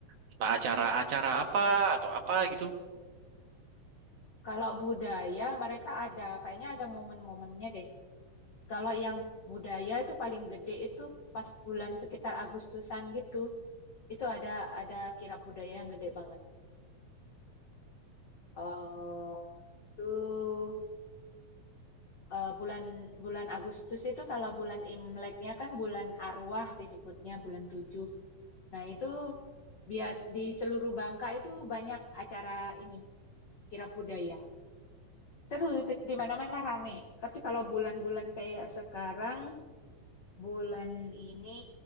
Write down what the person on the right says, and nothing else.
Entah acara-acara apa atau apa gitu?